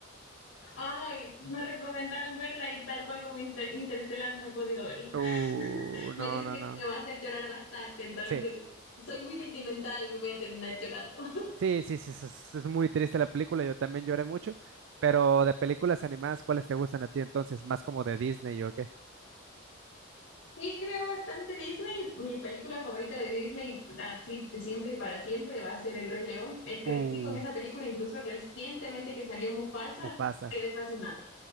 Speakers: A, on the left; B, on the right.
A: Ay, me recomendaron verla y tal cual como Inter- Interestelar no he podido verla.
B: Uh, no,
A: Me dice
B: no,
A: que
B: no.
A: sí me va a hacer llorar bastante, entonces
B: Sí.
A: soy muy sentimental y voy a terminar llorando. <laughs>
B: Sí, sí, sí, es, es- es muy triste la película, yo también lloré mucho, pero de películas animadas, ¿cuáles te gustan a ti entonces? ¿Más como de Disney o qué?
A: Sí veo bastante Disney. Mi película favorita de Disney, así de siempre y para siempre, va a ser El Rey León. Eh, crecí
B: Uh,
A: con esa película, incluso recientemente que salió Mufasa,
B: Mufasa.
A: quedé fascinada.